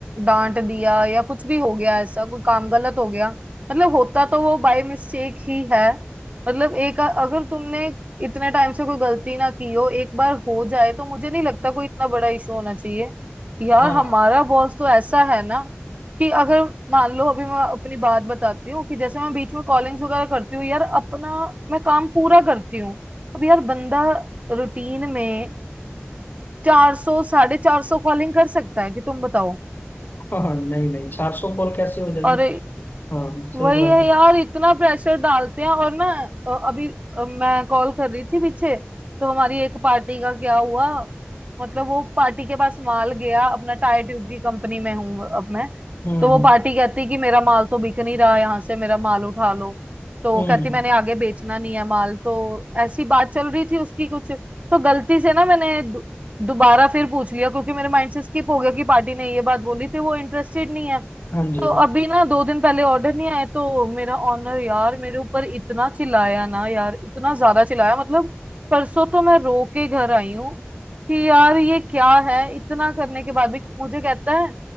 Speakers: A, on the right (about 35°); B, on the left (about 50°).
A: डांट दिया या कुछ भी हो गया ऐसा कोई काम गलत हो गया मतलब होता तो वो बाय मिस्टेक ही है मतलब एक अगर तुमने इतने टाइम से कोई गलती ना की हो एक बार हो जाए तो मुझे नहीं लगता कोई इतना बड़ा इशू होना चाहिए यार
B: हाँ
A: हमारा बॉस तो ऐसा है ना कि अगर मान लो अभी मैं अपनी बात बताती हूँ कि जैसे मैं बीच में कॉलिंग्स वगैरह करती हूँ यार अपना मैं काम पूरा करती हूँ अब यार बंदा रूटीन में चार सौ साढ़े चार सौ कॉलिंग कर सकता है कि तुम बताओ
B: हाँ हाँ, नहीं नहीं चार सौ कॉल कैसे हो जाएगी
A: और
B: हाँ सही
A: वही
B: बात
A: है
B: है
A: यार इतना प्रेशर डालते हैं और ना अ, अभी अ, मैं कॉल कर रही थी पीछे तो हमारी एक पार्टी का क्या हुआ मतलब वो पार्टी के पास माल गया अपना टायर ट्यूब की कंपनी में हूँ अब मैं
B: हम्म
A: तो वो
B: हम्म
A: पार्टी कहती कि मेरा माल तो बिक नहीं रहा यहाँ से मेरा माल उठा लो तो
B: हम्म
A: कहती
B: हम्म।
A: मैंने आगे बेचना नहीं है माल तो ऐसी बात चल रही थी उसकी कुछ तो गलती से ना मैंने दु- दोबारा फिर पूछ लिया क्योंकि मेरे माइंड से स्किप हो गया कि पार्टी ने ये बात बोली थी वो इंटरेस्टेड नहीं है
B: हाँ जी
A: तो अभी ना दो दिन पहले ऑर्डर नहीं आया तो मेरा ऑनर यार मेरे ऊपर इतना चिल्लाया ना यार इतना ज्यादा चिल्लाया मतलब परसों तो मैं रो के घर आई हूँ कि यार ये क्या है इतना करने के बाद भी मुझे कहता है